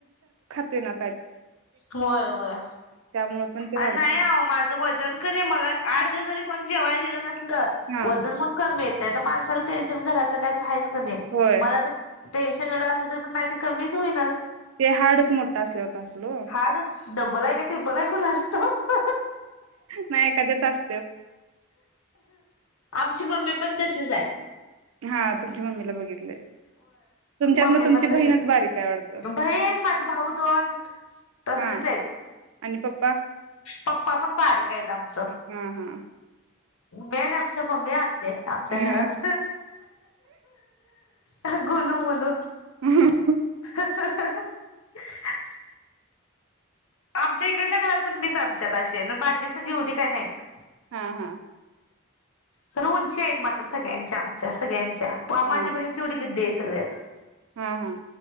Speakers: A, on the right; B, on the left.
A: तोयना
B: होय वय
A: त्यामुळे पण ते वाढते
B: आणि नाही अवो माझं वजन कणी एक मला आठ दिवस जरी कोण जेवाय दी ल नस ल
A: हा
B: वजन म्हणून कमी येत नई, आता माणसाल टेन्शन घरातलं काय तरी हायच कणी
A: होय
B: मला तर टेनशन एवढं असल तरी पण नाही ते कमीच होई
A: ते हाडच मोठ असल्याव होत आस ल वो,
B: हार्डच डब्बल आहे का ट्रिपल आहे कुणास ठाऊक
A: नाई एखाद्याचं अस
B: आमची मम्मी पण तशीच आय.
A: हात तुमच्या मम्मीला बघितलय, तुमच्यात
B: मम्मी
A: मग तुमची
B: पण तशी
A: बहीणच बारीकाय वाडतं.
B: बहीण माझ भाऊ दोन तसलीच
A: हा
B: आइत.
A: आणि पप्पा
B: पप्पा पण बारीक आइत आमच
A: हा हा
B: मेन आमच्या मम्मी आस ते आमच्या
A: हा
B: घरात अह गोलूमोलू
A: उहू ह
B: <inaudible> आमच्या इकडल्या घरात पण मीच आमच्यात अशी आय, न बाकी सगळी एवढी काय नहीत.
A: हा हा.
B: खर उंची आहेत, मात्र सगळ्यांच्या आमच्या सगळ्यांच्या पा माझी
A: हा
B: बहिन तेवढी गिड्डी आयस सगळ्यात
A: हा हा.